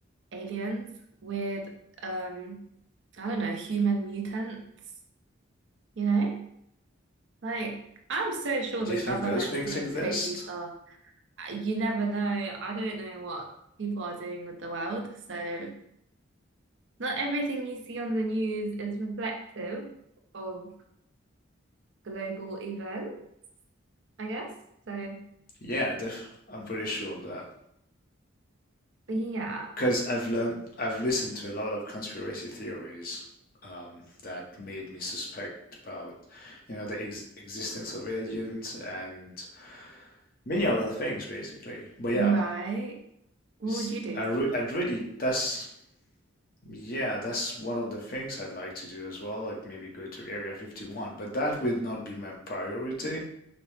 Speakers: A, on the right; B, on the left.
A: Aliens with, um, I don't know, human mutants, you know? Like, I'm so sure
B: Do
A: the
B: you
A: government's
B: think those things
A: doing
B: exist?
A: crazy stuff you never know. I don't know what people are doing with the world. So, not everything you see on the news is reflective of global events, I guess. So,
B: Yeah, def I'm pretty sure of that.
A: yeah,
B: because I've learned, I've listened to a lot of conspiracy theories um, that made me suspect about, you know, the ex existence of aliens and many other things, basically. But yeah,
A: right. What
B: it's,
A: would you do?
B: I re I'd really, that's, yeah, that's one of the things I'd like to do as well. Like maybe go to Area 51, but that would not be my priority.